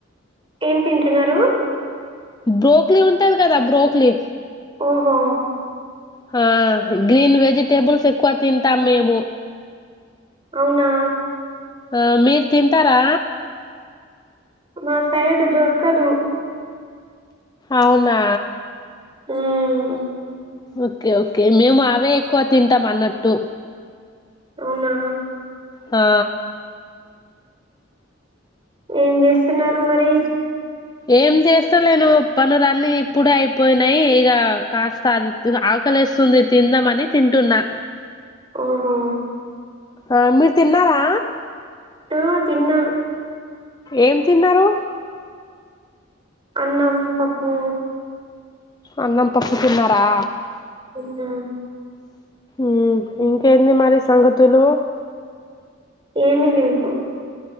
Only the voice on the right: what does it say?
ఏం తింటున్నారు
ఓహో
అవునా
మా సైడ్ దొరకదు
ఉమ్
అవునా
ఏం చేస్తున్నారు మరి
ఓహో
ఆ తిన్న
అన్నం పప్పూ
ఉమ్
ఏమిీ లేదు